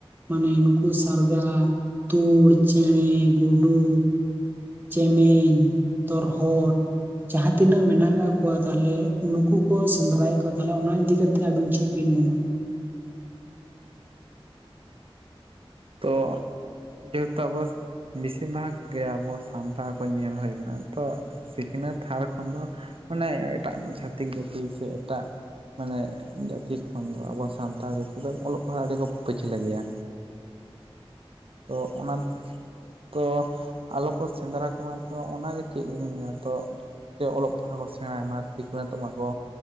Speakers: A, on the right (about 20°); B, on the right (about 70°).
A: ᱢᱟᱱᱮ ᱱᱩᱠᱩ ᱥᱟᱨᱜᱟ, ᱛᱩᱲ, ᱪᱮᱸᱬᱮ, ᱜᱩᱰᱩ, ᱪᱮᱢᱮᱧ, ᱛᱚᱨᱦᱚᱫ ᱡᱟᱦᱟᱸ ᱛᱤᱱᱟᱹᱜ ᱢᱮᱱᱟᱜ ᱟᱠᱟᱫ ᱠᱚᱣᱟ ᱛᱟᱞᱦᱮ ᱱᱩᱠᱩ ᱠᱚ ᱥᱮᱸᱫᱽᱨᱟᱭᱮᱫ ᱠᱚᱣᱟ ᱛᱟᱦᱚᱞᱮ ᱚᱱᱟ ᱤᱫᱤᱠᱟ ᱠᱟᱛᱮᱜ ᱟᱵᱤᱱ ᱪᱮᱫ ᱵᱤᱱ ᱢᱮᱱᱟ?
B: ᱛᱚ ᱡᱮᱛᱚ ᱟᱵᱚᱥ ᱵᱤᱥᱤᱨ ᱵᱷᱟᱜᱽ ᱜᱮ ᱟᱵᱚ ᱥᱟᱱᱛᱟᱲ ᱠᱚ ᱧᱮᱞ ᱦᱩᱭ ᱟᱠᱟᱱᱟ ᱛᱚ ᱾ ᱥᱤᱠᱷᱱᱟᱹᱛ ᱛᱷᱟᱲ ᱠᱷᱚᱱ ᱫᱚ ᱢᱟᱱᱮ ᱮᱴᱟᱜ ᱪᱷᱟᱹᱛᱤᱠ ᱡᱟᱹᱛᱤ ᱥᱮ ᱮᱴᱟᱜ ᱢᱟᱱᱮ ᱡᱟᱹᱛᱤ ᱠᱷᱚᱱ ᱫᱚ ᱟᱵᱚ ᱥᱟᱱᱛᱟᱲ ᱡᱟᱹᱛᱤ ᱫᱚ ᱚᱞᱚᱜ ᱯᱟᱲᱦᱟᱜ ᱟᱹᱰᱤ ᱠᱚ ᱯᱟᱹᱪᱷᱞᱟᱹ ᱜᱮᱭᱟ ᱛᱚ ᱚᱱᱟᱱ ᱛᱚ ᱟᱞᱚ ᱠᱚ ᱥᱮᱸᱫᱽᱨᱟ ᱠᱚᱢᱟ ᱛᱚ ᱚᱱᱟᱜᱮ ᱪᱮᱫ ᱞᱤᱧ ᱢᱮᱱᱟ ᱛᱚ ᱡᱮ ᱚᱞᱚᱜ ᱯᱟᱲᱦᱟᱜ ᱠᱚ ᱥᱮᱸᱲᱟᱭ ᱢᱟ ᱥᱤᱠᱷᱱᱟᱹᱛᱚᱜ ᱢᱟᱠᱚ